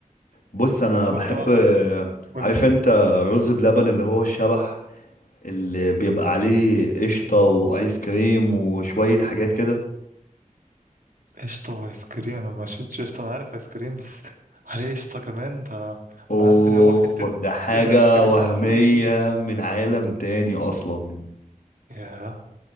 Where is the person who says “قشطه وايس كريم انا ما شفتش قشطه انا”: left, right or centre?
Right